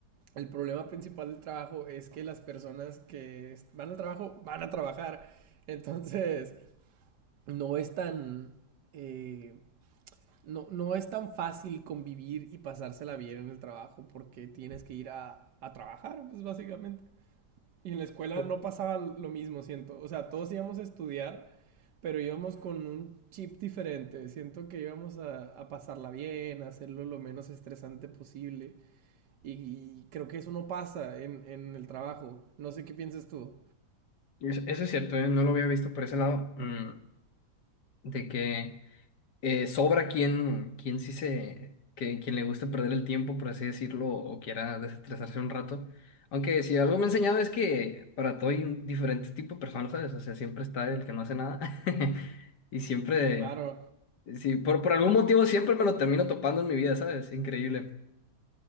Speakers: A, on the right; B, on the left.
A: el problema principal del trabajo es que las personas que van al trabajo van a trabajar. Entonces, no es tan. eh, no, no es tan fácil convivir y pasársela bien en el trabajo porque tienes que ir a, a trabajar, pues básicamente. Y en la escuela
B: pu-
A: no pasaba lo mismo, siento. O sea, todos íbamos a estudiar, pero íbamos con un chip diferente. Siento que íbamos a, a pasarla bien, a hacerlo lo menos estresante posible. Y, y creo que eso no pasa en, en el trabajo. No sé qué piensas tú.
B: Eso eso es cierto, ¿eh? No lo había visto por ese lado. mm, de que... eh, sobra quien, quien sí se, que, quien le guste perder el tiempo, por así decirlo, o quiera desestresarse un rato. Aunque si algo me ha enseñado es que para todo hay un diferente tipo de personas, ¿sabes? O sea, siempre está el que no hace nada. <laughs> Y siempre,
A: Claro,
B: sí, por, por algún motivo siempre me lo termino topando en mi vida, ¿sabes? Increíble.